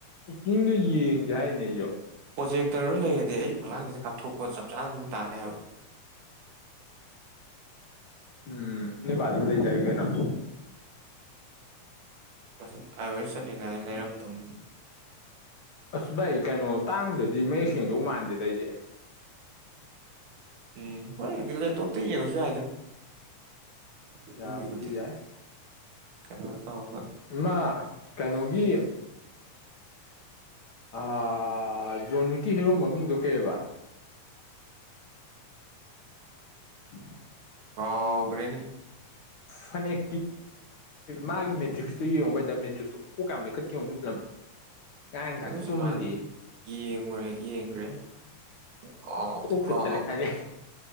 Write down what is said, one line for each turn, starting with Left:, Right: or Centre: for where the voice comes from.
Left: ꯑꯣꯞꯅꯤꯡꯗꯣ ꯌꯦꯡꯁꯦ ꯍꯥꯏꯅꯦ ꯑꯩꯁꯨ
Right: ꯄ꯭ꯔꯣꯖꯦꯛꯇꯔ ꯂꯩꯔꯗꯤ ꯑꯩ ꯐꯛꯂꯥꯡꯁꯤꯗ ꯀꯥꯞꯊꯣꯛꯄ ꯆꯞ ꯆꯥꯅ ꯑꯗꯨꯝ ꯇꯥꯅꯦ ꯍꯥꯏꯕ
Left: ꯎꯝ ꯅꯣꯏ ꯕꯥꯗ ꯑꯃ ꯂꯩꯁꯦ ꯍꯥꯌꯨ ꯀꯩꯅꯣ
Right: ꯉꯁꯥꯏ ꯑꯥꯏ ꯑꯣ ꯑꯦꯁ ꯆꯠꯂꯤꯉꯥꯏꯗ ꯂꯩꯔꯝꯗꯧꯅꯤꯨꯅꯦ
Left: ꯑꯁ ꯕꯥꯢ ꯑꯩ ꯀꯩꯅꯣ ꯇꯥꯡꯗꯗꯤ ꯃꯌꯦꯛ ꯁꯦꯡꯗꯧ ꯃꯥꯟꯗꯦꯗ ꯑꯩꯗꯤ
Right: ꯎꯝ ꯍꯣꯏꯗ ꯂꯦꯞꯇꯣꯞꯇ ꯌꯦꯡꯉꯁꯨ ꯌꯥꯏꯗ ꯑꯗꯨꯒꯤꯕꯨꯗꯤ
Left: ꯌꯥꯕꯨꯗꯤ ꯌꯥꯏ
Right: ꯀꯩꯅꯣ ꯇꯧꯔꯒ
Left: ꯃꯥ ꯀꯩꯅꯣꯒꯤ ꯑ ꯖꯣꯟ ꯀꯤ ꯍꯦꯔꯣ ꯃꯃꯤꯡꯗꯣ ꯀꯩꯕ <inaudible>
Right: ꯀꯥꯎꯒꯔꯦꯅꯦ
Left: ꯐꯅꯦꯛ ꯃꯥꯒꯤ ꯃꯥꯒꯤ ꯇ꯭ꯔꯤꯛꯁꯇꯨ ꯌꯦꯡꯉꯨ ꯃꯦꯇꯔꯤꯛꯁꯇꯨ ꯀꯣꯛ ꯀꯌꯥꯝ ꯂꯩꯈꯠꯀ ꯌꯦꯉꯣ ꯑꯗꯨ ꯐꯤꯂꯝꯗꯣ ꯉꯔꯥꯡ ꯅꯍꯥꯟ
Right: ꯑꯗꯨꯁꯨꯃꯅꯤ
Left: ꯇꯨꯝꯗꯦ
Right: ꯌꯦꯡꯉꯨꯔꯦ ꯌꯦꯡꯈ꯭ꯔꯦ ꯀ
Left: ꯀꯣꯛ
Right: ꯀ
Left: ꯁꯨꯠꯇ ꯂꯩꯈꯠꯂꯦ